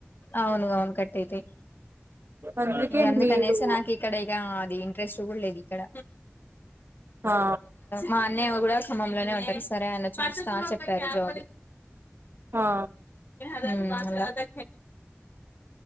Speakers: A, on the left; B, on the right.
A: అవును అవును కట్ అయితాయి.
B: అందుకే
A: ఇక అందుకనేసి
B: మీరు
A: నాకు ఇక్కడ ఇక అది ఇంట్రెస్ట్ కూడా లేదు ఇక్కడ
B: ఆ
A: మా అన్నయ కూడా ఖమ్మంలోనే ఉంటారు సరే అన సార్ చెప్పారు జాబ్
B: ఆ
A: ఉమ్ అలా